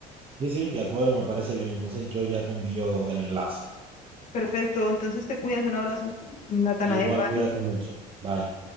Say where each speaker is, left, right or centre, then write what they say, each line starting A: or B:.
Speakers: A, on the right; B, on the left.
A: Sí, sí, de acuerdo, me parece bien. Entonces yo ya te envío el enlace.
B: Perfecto, entonces te cuidas, un abrazo, Natanael,
A: Igual cuídate
B: bye.
A: mucho. Bye.